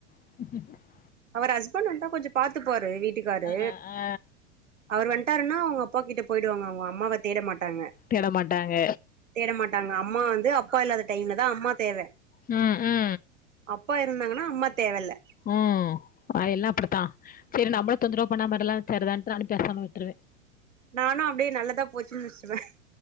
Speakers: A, on the left; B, on the right.
A: <inaudible>
B: அவரு ஹஸ்பண்ட் வந்தா கொஞ்சோ பாத்துபாரு வீட்டுக்காரு
A: ஆ ஆ
B: அவரு வந்த்ட்டாருனா அவுங்க அப்பா கிட்ட போயிடுவாங்க அவுங்க அம்மாவத் தேட மாட்டாங்க
A: தேட மாட்டாங்க
B: தேட மாட்டாங்க அம்மா வந்து அப்பா இல்லாத டைம்ல தா அம்மா தேவ
A: ம் ம்
B: அப்பா இருந்தாங்கனா அம்மா தேவ இல்ல
A: ம் அது எல்லா அப்புடித்தா செரி நம்மள தொந்தரவு பண்ணா மாதிரலா செரிதான்ட்டு நானு பேசாம விட்டுருவே
B: நானு அப்டியே நல்லதா போச்சுன்னு முச்சுட்றுவ